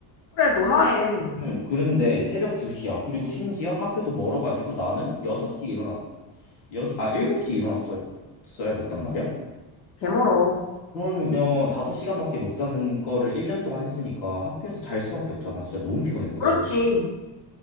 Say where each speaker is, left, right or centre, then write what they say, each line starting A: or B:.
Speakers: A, on the left; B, on the left.
A: 그래, 너나 해.
B: 응, 그런데 새벽 2시야. 그리고 심지어 학교도 멀어가지고 나는 6시에 일어났, 여섯 아, 7시에 일어났어야 됐단 말이야?
A: 개멀어.
B: 그러면 5시간밖에 못 자는 거를 1년 동안 했으니까 학교에서 잘 수밖에 없잖아. 진짜 너무 피곤했거든.
A: 그렇지.